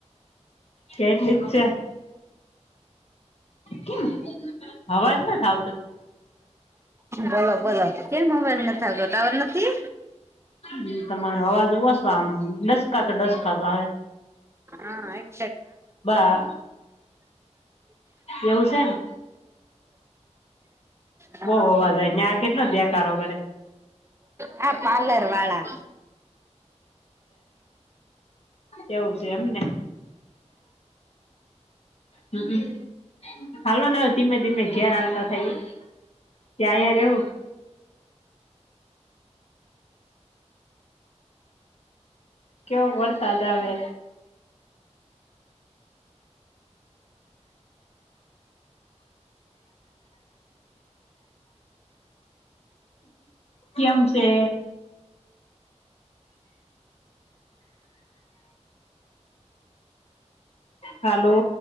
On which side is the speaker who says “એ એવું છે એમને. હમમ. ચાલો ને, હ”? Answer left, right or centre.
Left